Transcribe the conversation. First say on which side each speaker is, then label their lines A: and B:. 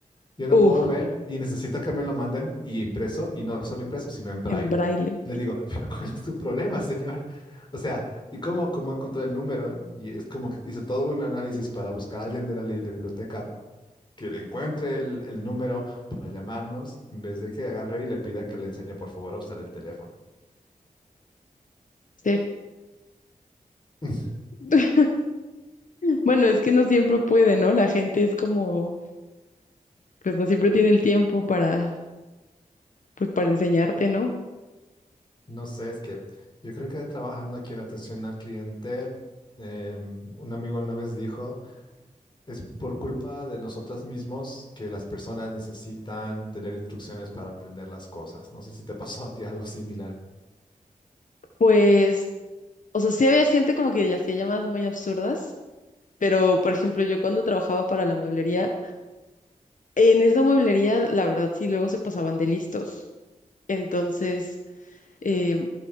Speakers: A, on the left (about 30°); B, on the left (about 60°).
A: Yo no
B: Uf,
A: puedo ver y necesito que me lo manden y impreso, y no solo impreso, sino en braille.
B: en braille.
A: Y le digo, <laughs> pero ¿cuál es tu problema, señor? O sea, ¿y cómo, cómo encontré el número? Y es como que hizo todo un análisis para buscar a alguien de la li- de biblioteca que le encuentre el, el número para llamarnos, en vez de que agarre y le pida que le enseñe, por favor, a usar el teléfono.
B: Sí.
A: <laughs>
B: <laughs> Bueno, es que no siempre puede, ¿no? La gente es como, pues no siempre tiene el tiempo para, pues para enseñarte, ¿no?
A: No sé, es que yo creo que trabajando aquí en atención al cliente, em, un amigo una vez dijo Es por culpa de nosotras mismos que las personas necesitan tener instrucciones para aprender las cosas. No sé si te <laughs> pasó a ti algo similar.
B: Pues, o sea, sí había gente como que hacía llamadas muy absurdas, pero por ejemplo, yo cuando trabajaba para la mueblería, en esa mueblería, la verdad, sí, luego se pasaban de listos. Entonces, eh,